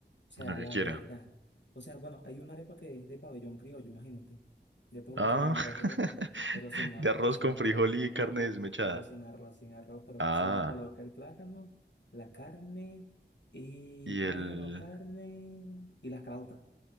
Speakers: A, on the left; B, on the right.
A: sea,
B: lo que
A: la
B: quiera.
A: verdad. O sea, bueno, hay una arepa que es de pabellón criollo, imagínate, de todo lo
B: Ah,
A: que le nombré anteriormente,
B: <laughs>
A: pero sin arroz,
B: de arroz
A: sin
B: con
A: arroz.
B: frijol y carne
A: No, no,
B: desmechada.
A: pero sin arroz, sin arroz, pero
B: Ah,
A: se le coloca el plátano, la carne y
B: y
A: plátano,
B: el...
A: carne y las caraotas